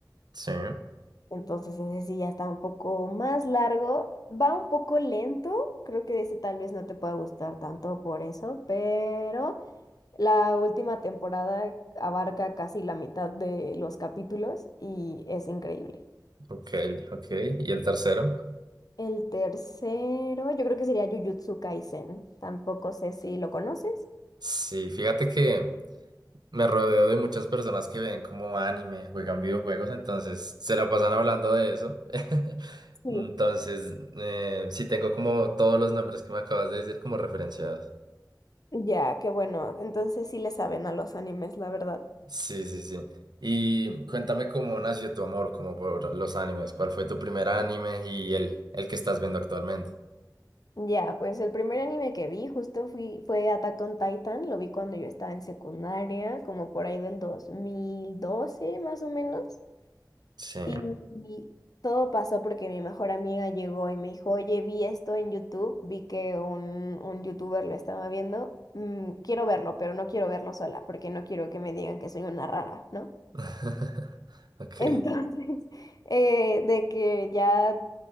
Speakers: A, on the right; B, on the left.
A: Sí,
B: entonces ese sí ya está un poco más largo, va un poco lento, creo que ese tal vez no te pueda gustar tanto por eso, pero la última temporada abarca casi la mitad de los capítulos y es increíble.
A: ok, ok. ¿Y el tercero?
B: El tercero, yo creo que sería Jujutsu Kaisen. Tampoco sé si lo conoces.
A: Sí, fíjate que Me rodeo de muchas personas que ven como anime, juegan videojuegos, entonces se la pasan hablando de eso. <laughs>
B: Sí.
A: Entonces, eh, sí tengo como todos los nombres que me acabas de decir como referenciados.
B: Ya, qué bueno. Entonces sí le saben a los animes, la verdad.
A: Sí, sí, sí. Y cuéntame cómo nació tu amor como por los animes, cuál fue tu primer anime y el, el que estás viendo actualmente.
B: Ya, pues el primer anime que vi justo fui, fue Attack on Titan. Lo vi cuando yo estaba en secundaria, como por ahí del 2012, más o menos.
A: Sí.
B: Y, y todo pasó porque mi mejor amiga llegó y me dijo, oye, vi esto en YouTube, vi que un, un youtuber lo estaba viendo, mm, quiero verlo, pero no quiero verlo sola porque no quiero que me digan que soy una rara, ¿no?
A: <laughs> Ok,
B: Entonces, <laughs> eh, de que ya,